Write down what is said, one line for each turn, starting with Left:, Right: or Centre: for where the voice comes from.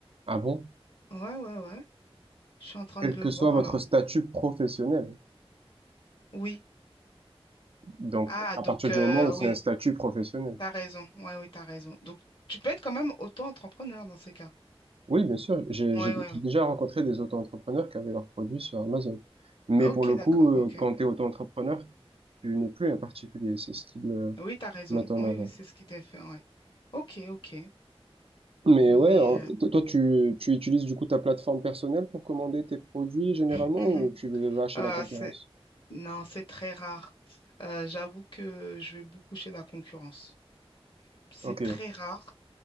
Right: Ah bon?
Left: Ouais, ouais, ouais. Je suis en train
Right: Quel
Left: de le
Right: que
Left: voir,
Right: soit votre
Left: là.
Right: statut professionnel.
Left: Oui.
Right: Donc,
Left: Ah,
Right: à
Left: donc,
Right: partir du
Left: euh,
Right: moment où c'est
Left: oui,
Right: un statut professionnel.
Left: t'as raison. Ouais, oui, t'as raison. Donc, tu peux être quand même auto-entrepreneur dans ces cas.
Right: Oui, bien sûr, j'ai
Left: Ouais,
Right: j'ai-
Left: ouais. ouais.
Right: j'ai déjà rencontré des auto-entrepreneurs qui avaient leurs produits sur Amazon. Mais
Left: Ah,
Right: pour
Left: ok,
Right: le
Left: d'accord,
Right: coup, euh,
Left: ok.
Right: quand tu es auto-entrepreneur, tu n'es plus un particulier, c'est ce qu'ils euh,
Left: Oui, t'as raison.
Right: mettent en
Left: Oui,
Right: avant.
Left: oui, c'est ce qui t'est fait, ouais. Ok, ok.
Right: Mais
Left: Mais,
Right: ouais, hein,
Left: euh,
Right: to- toi, tu, tu utilises du coup ta plateforme personnelle pour commander tes produits généralement
Left: <clears throat> mhm.
Right: ou tu vas chez
Left: Euh,
Right: la concurrence?
Left: c'est- Non, c'est très rare. Euh, j'avoue que je vais beaucoup chez la concurrence. C'est
Right: Ok,
Left: très rare.